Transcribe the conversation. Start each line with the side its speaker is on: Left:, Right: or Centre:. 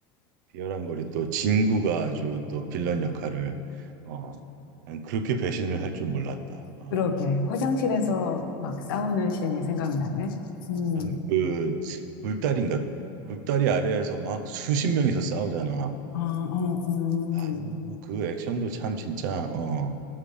Right: 비열한 거리 또 진구가 아주 또 빌런 역할을 어 난 그렇게 배신을 할 줄 몰랐다. 어.
Left: 그러게. 화장실에서 막 싸우는 씬이 생각나네. 음,
Right: 는그 굴다리인가 굴다리 아래에서 막 수십 명이서 싸우잖아.
Left: 아, 어, 음.
Right: 아, 그 액션도 참 진짜 어